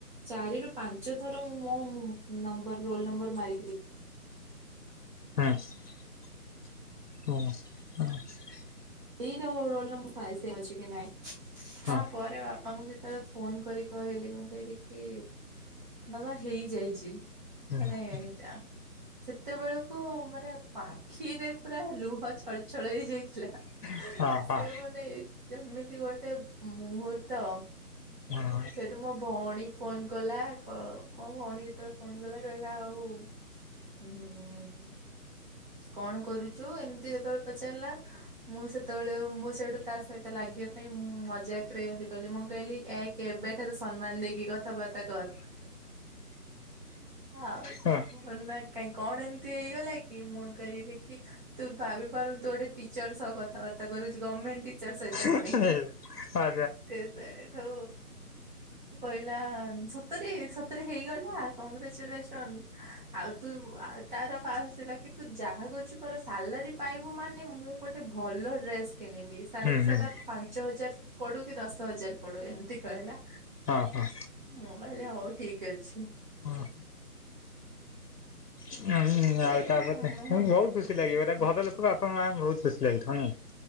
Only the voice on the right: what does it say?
ଚାରି ରୁ ପାଞ୍ଚ ଥର ମୋ ନମ୍ବର ରୋଲ ନମ୍ବର ମାରିକି ଦେ
ଏଇ ରୋଲ୍ ନଂ ଅଛି କି ନାଇଁ ତାପରେ
ବାପାଙ୍କୁ ଯେତେବେଳେ ଫୋନ କରି କହିଲି ମୁଁ କହିଲି କି ବାବା ହେଇଯାଇଛି।
ମାନେ ଏଇଟା ସେତେବେଳକୁ ମାନେ ପାଖିରେ ପୁରା ଲୁ ଛଳଛଳ ହେଇ ଯାଇଥିଲା।
ସେ
ମାନେ କେମିତି ଗୋଟେ ମୁହୂର୍ତ୍ତ
ସେଠୁ ମୋ ଭଉଣୀ ଫୋନ କଲା, କ ମୋ ଭଉଣୀ ଯେତେବେଳେ ଫୋନ କଲା କହିଲା ଆଉ ହୁଁ। କଣ କରୁଚୁ ଏମିତି ଯେତେବେଳେ ପଚାରିଲା ମୁଁ ସେତେବେଳେ ମୁଁ ସେଇଠୁ ତା ସହିତ ଲାଗିଆ ପାଇଁ ମଜାକରେ ଏମତି କହିଲି, ମୁଁ କହିଲି ଏଇକ ଏବେଠାରୁ ସମ୍ମାନ ଦେଇକି କଥାବାର୍ତ୍ତା କର। ଆଉ
<unintelligible> କଣ ଏମିତି ହେଇଗଲା କି, ମୁଁ କହିଲି କି ତୁ ଭାବି ପାରୁନୁ ତୁ ଗୋଟେ ଟିଚର ସହ କ ଥାବାର୍ତ୍ତା କରୁଚୁ ଗମେଣ୍ଟ ଟିଚର ସହିତ
ପୁଣି,
ସେ ସେଇଠୁ କହିଲା ସତରେ ସତରେ ହେଇଗଲା କଂଗ୍ରାଚୁଲେସନ, ଆଉ ତୁ ଆ ତାର ପାସ ଥିଲା କି ତୁ ଯାହା କରଚୁ କର, ସାଲାରୀ ପାଇବୁ ମାନେ ମୁଁ ଗୋଟେ ଭଲ ଡ୍ରେସ୍ କିଣିବି ସାରିକ
ସେଟା ପାଞ୍ଚ ହଜାର ପଡୁ କି ଦଶ ହଜାର ପଡୁ ଏମତି କହିଲା।
ମୁଁ କହିଲି ହଉ ଠିକ ଅଛି।
ସେଇ
ମୁହୂର୍ତ୍ତ
ପ୍ରତି
ହୁଁ